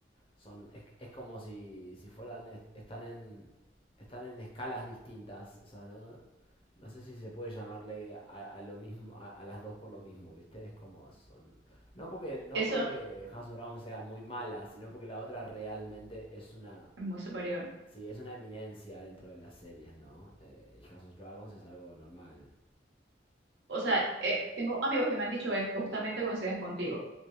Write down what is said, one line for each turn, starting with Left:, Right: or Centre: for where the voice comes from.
Left: son es, es como si, si fueran est- están en están en escalas distintas o sea no no sé si se puede llamarle a, a lo mismo a, a las dos por lo mismo viste es como son no porque no
Right: Eso
Left: porque House of Dragon sea muy mala sino porque la otra realmente es una
Right: es muy superior.
Left: sí es una eminencia dentro de las series no Eh, y House of Dragons es algo normal
Right: o sea, eh, tengo amigos que me han dicho esto, justamente coinciden contigo.